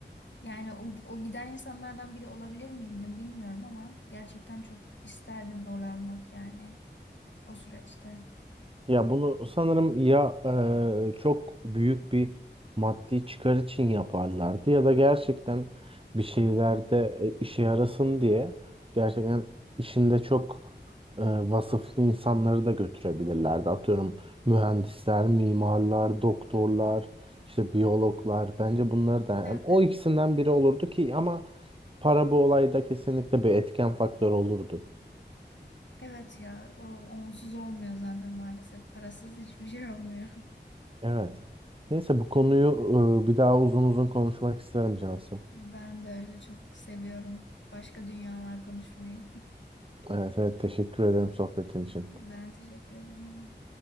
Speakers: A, on the left; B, on the right.
A: Yani o, o giden insanlardan biri olabilir miydim bilmiyorum ama gerçekten çok isterdim rol almak yani o süreçte.
B: Ya bunu sanırım ya e, çok büyük bir maddi çıkar için yaparlardı ya da gerçekten bir şeylerde e, işe yarasın diye gerçekten işinde çok e, vasıflı insanları da götürebilirlerdi. Atıyorum mühendisler, mimarlar, doktorlar, işte biyologlar bence bunları da yani
A: Evet.
B: o ikisinden biri olurdu ki ama para bu olayda kesinlikle bir etken faktörü olurdu.
A: Evet ya o onsuz olmuyor zaten maalesef. Parasız hiçbir şey olmuyor. <laughs>
B: Evet. Neyse bu konuyu e, bir daha uzun uzun konuşmak isterim Cansu.
A: Ben de öyle çok seviyorum. Başka dünyalar konuşmayı.
B: Evet evet teşekkür ederim sohbetin için.
A: <laughs> Ben teşekkür ederim.